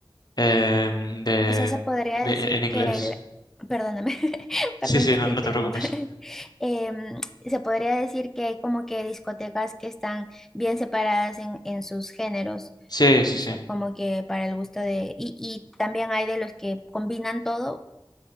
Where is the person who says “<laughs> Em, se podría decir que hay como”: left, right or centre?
Centre